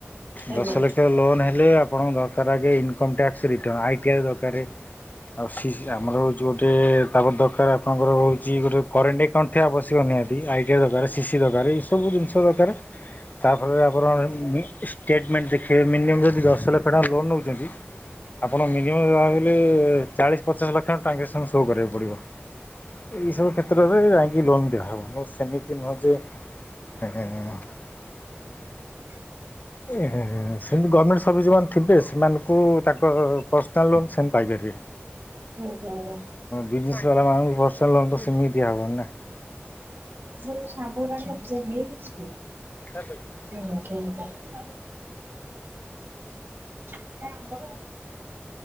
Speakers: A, on the right (about 60°); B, on the left (about 40°).
A: ଆଜ୍ଞା
B: ଦଶ ଲକ୍ଷ ଲୋନ୍ ହେଲେ ଆପଣଙ୍କ ଦରକାର ଆଗେ ଇନକମ୍ ଟ୍ୟାକ୍ସ ରିଟର୍ଣ ଆଇଟିଆଇ ଦରକାର ଆଉ ସି ଆମର ହଉଚି ଗୋଟେ ତାପର ଦରକାର ଆପଣଙ୍କର ହଉଛି ଗୋଟେ କରେଣ୍ଟ ଏକଉଣ୍ଟ ଥିବା ଆବଶ୍ୟକ ନିହାତି ଆଇ ଟିକେଟ୍ ଦରକାର ସିସିି ଦରକାର ଏସବୁ ଜିନିଷ ଦରକାର ତାପରେ ଆପଣ ଷ୍ଟେଟମେଣ୍ଟ ଦେଖିବେ ମିନିମମ୍ ଯଦି ଦଶ ଲକ୍ଷ ଟଙ୍କା ଲୋନ୍ ନଉଛନ୍ତି ଆପଣ ମିନିମମ୍ ଯହାଲେ ଚାଳିଶ ପଚାଶ ଲକ୍ଷ ଟ୍ରାଞ୍ଜାକ୍ସନ୍ ସୋ କରିବାକୁ ପଡ଼ିବ। ଏଇ ସବୁ କ୍ଷେତ୍ରରେ ଯାଇକି ଲୋନ ଦିଆହବ ମୋ ସେମିତି ନୁହଁ ଯେ <unintelligible>
A: <unintelligible>
B: ସେମିତି ଗମେଣ୍ଟ ସର୍ଭିସ୍ ଯମାନେ ଥିବେ ସେମାନଙ୍କୁ ତାଙ୍କ ପର୍ସନାଲ୍ ଲୋନ୍ ସେମ୍ ପାଇପାରିବେ।
A: ହୁ ହୁ,
B: ବିଜନେସ୍ ବାଲା ମାନଙ୍କୁ ପସ୍ନାଲ୍ ଲୋନ ତ ସେମିତି ହବନ୍ ନା।
A: ସାମ୍ପ <unintelligible>
B: <inaudible>
A: <unintelligible> ଏ ଆମର